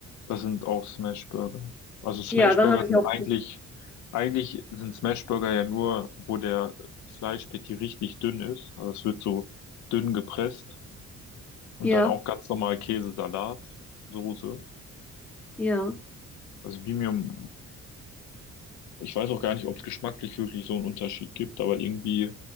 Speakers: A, on the left (about 70°); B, in the centre.
A: das sind auch Smashburger. Also Smashburger
B: Ja, dann habe
A: sind
B: ich auch.
A: eigentlich, eigentlich sind Smashburger ja nur, wo der Fleischpatty richtig dünn ist. Also es wird so dünn gepresst und
B: Ja,
A: dann auch ganz normal Käse, Salat, Soße.
B: ja.
A: Also Bimium Ich weiß auch gar nicht, ob es geschmacklich wirklich so einen Unterschied gibt, aber irgendwie